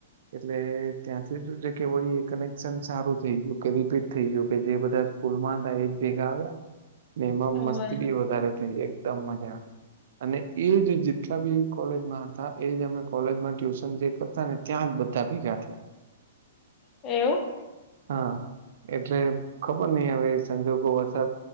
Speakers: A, on the right; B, on the left.
A: એટલે ત્યાંથી શું છે કે વળી એ કનેક્શન સારું થઈ ગયું, કે રિપીટ થઈ ગયું કે જે બધા સ્કૂલમાં હતા, એજ ભેગા આવ્યા, ને એમાં
B: એવું
A: મસ્તી
B: હોય.
A: બી વધારે થઈ એક દમ મજા. અને એજ જેટલા બી કોલેજમાં હતા, એજ અમે કોલેજમાં ટ્યુશન જે કર તાં ને ત્યાં જ બધા ભેગા થયા.
B: એવું?
A: હા એટલે ખબર નઈ હવે સંજોગો વરસાદ